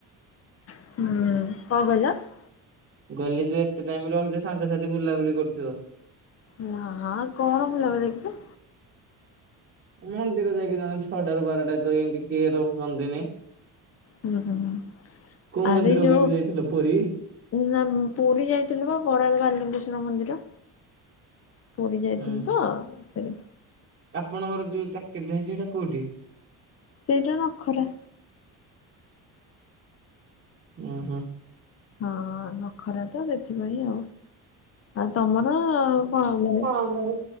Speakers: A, on the left (about 40°); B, on the right (about 35°).
A: ହୁଁ କଣ କହିଲ।
B: ମୁଁ କହିଲିଯେ ଏତେ ଟାଇମ ରହିଲେ ସାଙ୍ଗସାଥି ବୁଲାବୁଲି କରୁଥିବ।
A: ନା କଣ ବୁଲାବୁଲି କି।
B: ମନ୍ଦିର ଯାଇକି ଜଣେ ଛଅଟାରୁ ବାରଟା ତ ଏମତି କିଏ ରୁହନ୍ତିନି।
A: ହୁଁ ହୁଁ ହୁଁ
B: କୋଉ
A: ଆରେ
B: ମନ୍ଦିରକୁ
A: ଯୋଉ
B: ଇନ୍ତି ଯାଇଥିଲ ପୁରୀ।
A: ନା ପୁରୀ ଯାଇଥିଲୁ ବା ବରାଳ ବାଲିଙ୍ଗେଶ୍ଵର ମନ୍ଦିର। ପୁରୀ ଯାଇଥିଲୁ
B: ଉଁ
A: ତ
B: ହୁଁ
A: ସେଇ
B: ଆପଣଙ୍କର ଯୋଉ ଚାକିରି ହେଛି ସେଇଟା କୋଉଠି।
A: ସେଇଟା ନଖରା।
B: ଉଁ ହୁଁ।
A: ହଁ ନଖରା ତ ସେଥିପାଇଁ ଆଉ ଆଉ ତମର କଣ
B: ଆଉ ମୁଁ।